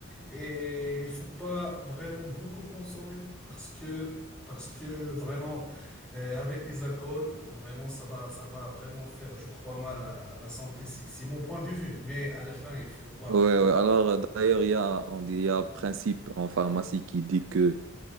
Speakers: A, in the centre; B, on the right.
A: et il faut pas vraiment beaucoup consommer parce que, parce que vraiment, euh, avec les alcools, vraiment, ça va, ça va vraiment faire, je crois, mal à la santé. C'est c'est mon point de vue, mais à la fin, il faut voir.
B: Ouais, ouais. Alors, euh, d'ailleurs, il y a, on dit, il y a un principe en pharmacie qui dit que